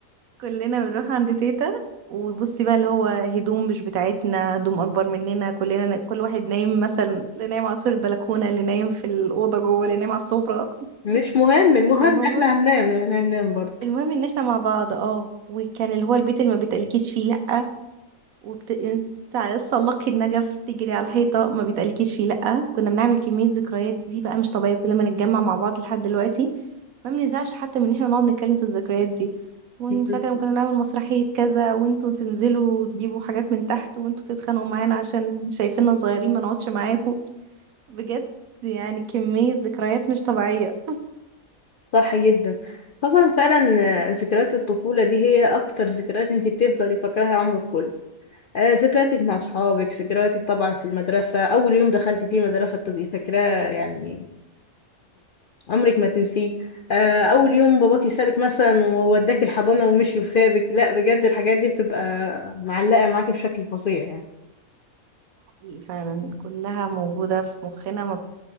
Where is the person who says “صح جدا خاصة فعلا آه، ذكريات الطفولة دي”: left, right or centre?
Left